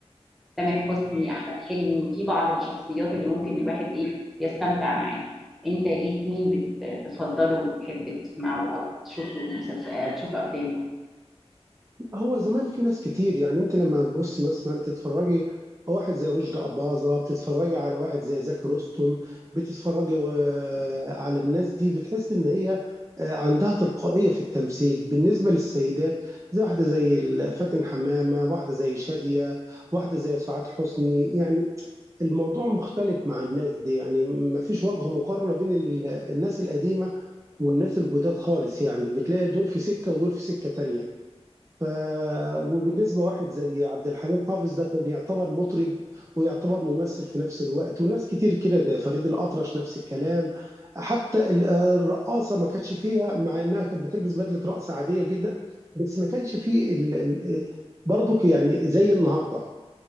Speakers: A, in the centre; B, on the right.
A: تامر حسني احمد حلمي في بعض الشخصيات اللي ممكن الواحد ايه يستمتع معاها انت ايه مين بت- بتفضله وتحب تسمعه او تشوف له مسلسل آه، تشوف له افلام
B: هو زمان في ناس كتير يعني انت لما تبص مثلا تتفرجي على واحد زي رشدي أباظة بتتفرجي على واحد زي زكي رستم بتتفرجي آه، على الناس دي بتحس ان هي آه، عندها تلقائية في التمثيل بالنسبة للسيدات زي واحدة زي ال- فاتن حمامة واحدة زي شادية واحدة زي سعاد حسني يعني الموضوع مختلف مع الناس دي يعني ما فيش وجه مقارنة بين ال- الناس القديمة والناس الجداد خالص يعني بتلاقي دول في سكة ودول في سكة تانية ف... وبالنسبة واحد زي عبد الحليم حافظ ده كان يعتبر مطرب ويعتبر ممثل في نفس الوقت وناس كتير كده زي فريد الأطرش نفس الكلام حتى ال- الرقاصة ما كانتش فيها مع إنها كانت بتلبس بدلة رقص عادية جدا بس ما كانش فيه ال... ال... برضو يعني زي النهارده